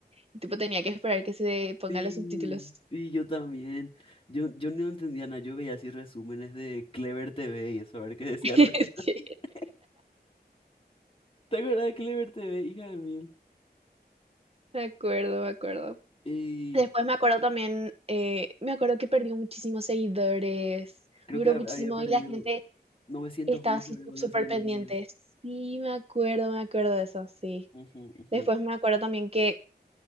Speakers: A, on the right; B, on the left.
A: y tipo tenía que esperar que se pongan
B: Sí,
A: los subtítulos. <laughs>
B: sí, yo también. Yo, yo no entendía nada, yo veía así resúmenes de Clever TV y eso, a ver qué decía
A: Sí,
B: al respecto. <laughs> ¿Te acuerdas de Clever TV, hija de mil?
A: me acuerdo, me acuerdo.
B: Y
A: Después me acuerdo también, eh, me acuerdo que perdió muchísimos seguidores,
B: creo
A: duró
B: que hab-
A: muchísimo
B: había perdido
A: y la gente
B: novecientos
A: estaba
B: mil
A: así
B: libras
A: sú-
B: o algo
A: súper
B: así en
A: pendiente.
B: un día.
A: Sí, me acuerdo, me acuerdo de eso, sí.
B: Ujú, ujú,
A: Después me acuerdo también que